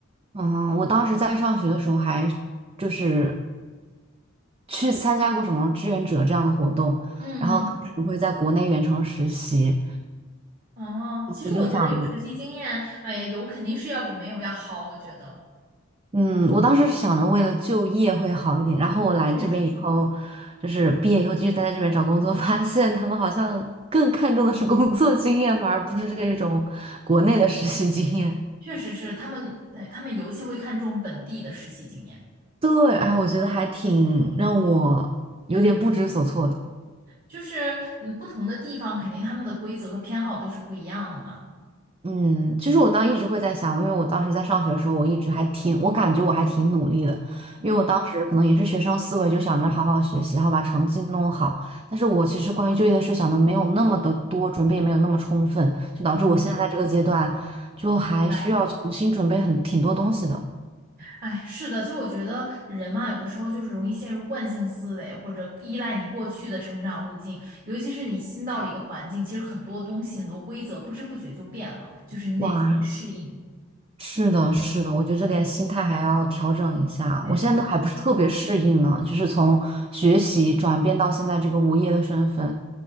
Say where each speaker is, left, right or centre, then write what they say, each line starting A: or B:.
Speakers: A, on the right (about 30°); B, on the right (about 45°).
A: 嗯，我当时在上学的时候还就是去参加过什么志愿者这样的活动，
B: 嗯
A: 然后当时会在国内远程实习，
B: 嗯，哦，其实我觉得有实习经验，
A: 我就想，
B: 哎呀，有肯定是要比没有要好，我觉得
A: 嗯，我当时是想着为了就业会好一点，然后我来这边以后，
B: 确实是，
A: 就是毕业以后继续待在这边找工作，发现他们好像更看重的是工作经验，反而不是这种国内的实习经验。
B: 确实是他们，哎他们尤其会看重本地的实习经验。
A: 对，哎，我觉得还挺让我有点不知所措的。
B: 就是嗯，不同的地方肯定他们的规则和偏好都是不一样的嘛。
A: 嗯，其实我当一直会在想，因为我当时在上学的时候，我一直还挺，我感觉我还挺努力的，
B: 嗯
A: 因为我当时可能也是学生思维，就想着好好学习，然后把成绩弄好。但是我其实关于就业的事想的没有那么的多，准备也没有那么充分，就导致我现在在这个阶段，
B: 嗯，
A: 就还需要重新准备很挺多东西的。
B: 明白。哎，是的，其实我觉得人嘛，有的时候就是容易陷入惯性思维，或者依赖你过去的成长路径。尤其是你新到了一个环境，其实很多东西、很多规则不知不觉就变了，就是你得去适应。
A: 哇，是的，是的，我觉得这点心态还要调整一下，
B: 对的对的。
A: 我现在都还不是特别适应呢，就是从学习转变到现在这个无业的身份。